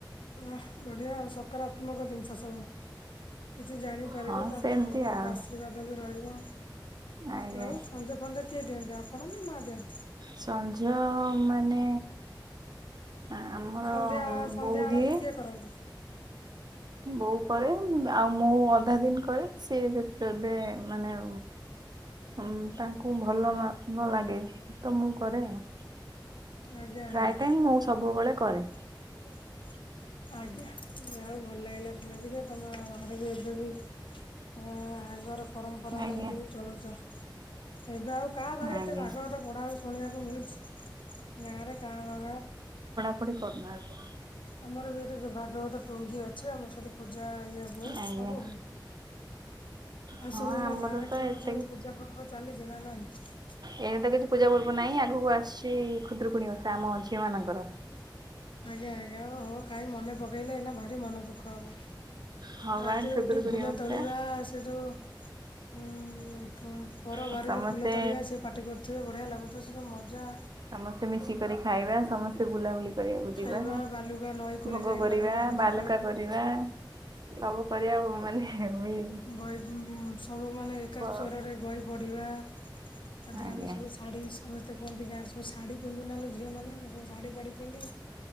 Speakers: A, on the left; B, on the right.
A: ଓ ବଢ଼ିଆ ଆଉ ସକାରାତ୍ମକ ଜିନିଷ ସବୁ କିଛି ଜାଣି ପାରିବେ
B: ହଁ
A: ତା
B: ସେମିତି
A: ପରେ ଭଗବାନଙ୍କ
B: ଆଉ
A: ଆଶୀର୍ବାଦ ବି ରହିବ
B: ଆଜ୍ଞା।
A: ଆଉ ସଞ୍ଜ ଫଞ୍ଜ କିଏ ଦିଅନ୍ତି ଆପଣ ନା ମା ଦିଅନ୍ତି?
B: ସଞ୍ଜ ମାନେ ଆମର
A: ସନ୍ଧ୍ୟାବେଳ ସନ୍ଧ୍ୟା
B: ବୋଉ
A: ଆଳତି
B: ଦିଏ।
A: କିଏ କରନ୍ତି।
B: ବୋଉ କରେ ଆଉ ମୁଁ ଅଧା ଦିନି କରେ ସିଏ ଯେ ଏବେ ମାନେ ହୁଁ ତାଙ୍କୁ ଭଲ ନ ଲାଗେ ତ ମୁଁ କରେ ଆଉ।
A: ଆଜ୍ଞା
B: ପ୍ରାୟ
A: ଆଜ୍ଞା
B: ଟାଇମ ମୁଁ ସବୁବେଳେ କରେ।
A: <inaudible> ଆଜ୍ଞା ଯାହା ହଉ ଭଲ ଲାଗିଲା ଶୁଣିକି ଯେ ତମ ଘରେ ବି ଏବେ ବି ହଁ ଆଗର ପରମ୍ପରା
B: ଆଜ୍ଞା
A: ନେଇକି ଚଳୁଚ ଏବେ ଆଉ କାହା ଘରେ
B: ଆଜ୍ଞା
A: ଏତେ ଭାଗବତ ପଢ଼ା ଆଉ ଶୁଣିବାକୁ ମିଳୁଛି ଗାଁ ରେ କାଁ ଭା
B: <unintelligible> କରୁନ ଆଗ।
A: ଆମର ବି ଏଠି କ ଭାଗବତ ଟୁଙ୍ଗି ଅଛି ଆମର ସେଠି ପୂଜା ଇଏ ହୁଏ ସବୁ
B: ଆଜ୍ଞା
A: ହୁଏ। ଆଉ
B: ହଁ
A: ସବୁ ଏନା
B: ଆମର
A: ଗାଁରେ
B: ତ
A: କଣ
B: ଏତେ
A: ସବୁ ପୂଜା ପର୍ବ ଚାଲିଛି ନା ନାଇଁ।
B: ଏଇନେ ତ କିଛି ପୂଜା ପର୍ବ ନାହିଁ ଆଗକୁ ଆସିଛି ଖୁଦ୍ରରୁକୁଣୀ ଓସା ଆମ ଝିଅ ମାନଙ୍କର।
A: ଆଜ୍ଞା ଆଜ୍ଞା ଓ ହୋ କାହିଁ ମନେ ପକେଇଲେ ଏଇନା ଭାରି ମନ ଦୁଃଖ ହବ।
B: ହଁ ବା
A: ରାତିରେ
B: ଖୁଦୁରୁକୁଣୀ
A: ଉଠି ଫୁଲ
B: ଓଷା
A: ତୋଳିବା ସେ ଯୋଉ ହୁଁ କ ପର
B: ଆଉ
A: ବାରିରୁ
B: ସମସ୍ତେ
A: ଫୁଲ ତୋଳିବା ସେ ପାଟି କରୁଥିବେ ବଢିଆ ଲାଗୁଥିବ ସେ ଯୋଉ ମଜା।
B: ସମସ୍ତେ ମିଶିକରି ଖାଇବା ସମସ୍ତେ ବୁଲାବୁଲି କରିବାକୁ ଯିବା
A: ଖାଇବା ବାଲୁକା ନଈ କୂଳେ
B: ଭୋଗ
A: ଯାଇ
B: କରିବା
A: ବାଲୁକା ପୂଜା
B: ବାଲୁକା କରିବା। ସବୁ କରିବା ଉ ମାନେ ବି
A: ବହି ସବୁ ମାନେ ଏକା ସୋରରେ
B: ଆଉ।
A: ବହି ପଢିବା। ତାପରେ
B: ଆଜ୍ଞା
A: ଆମେ ସବୁ ଶାଢୀ ସମସ୍ତେ କୁହନ୍ତି ଗାଁରେ ସବୁ ଶାଢୀ ପିନ୍ଧୁ ନା ଲୋ ଝିଅ ମାନେ ଆମେ ସବୁ ସାଢୀ ପାଢ଼ୀ ପିନ୍ଧି